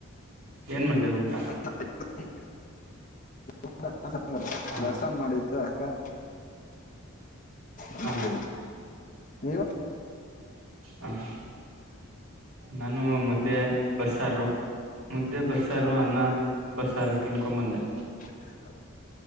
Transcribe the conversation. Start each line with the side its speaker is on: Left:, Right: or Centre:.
Right: ಏನ ಮಾಡ್ದೆ ಊಟಾ.
Left: ತಾಲೀಪಟ್ಟಿ. ಅನ್ನಾ ಸಾರು
Right: ಹಾ
Left: ರಸಂ ಮಾಡಿತು ಅಕ್ಕಾ. ಮತ್ತೆ
Right: ಹಾ
Left: ನೀವು.
Right: ಹಾ ಹಾ ನಾನು ಮದ್ದೆ. ಬಸ್ಸಾರು ಮುದ್ದೆ ಬಸ್ಸಾರು ಅನ್ನಾ ಬಸ್ಸಾರು ತಿನ್ಕೊ ಬಂದೆ.
Left: ಹೆಂತಾದು